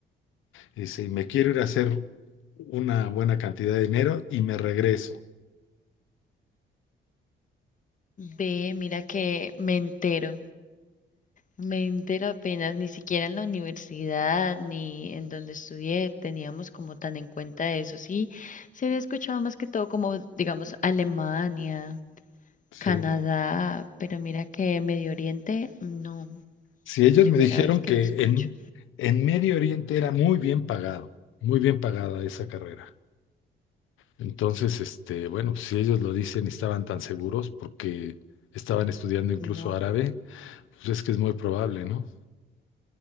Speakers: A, on the left (about 85°); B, on the left (about 40°).
A: Y dice, y me quiero ir a hacer una buena cantidad de dinero y me regreso.
B: Ve, mira que me entero. Me entero apenas, ni siquiera en la universidad ni en donde estudié teníamos como tan en cuenta eso. Sí, se había escuchado más que todo como, digamos, Alemania,
A: Sí.
B: Canadá, pero mira que Medio Oriente, no,
A: Si ellos
B: primera
A: me dijeron
B: vez que
A: que
B: lo escucho.
A: en, en Medio Oriente era muy bien pagado, muy bien pagada esa carrera. Entonces, este, bueno, pues, si ellos lo dicen y estaban tan seguros porque estaban estudiando incluso
B: No,
A: árabe, pues es que es muy probable, ¿no?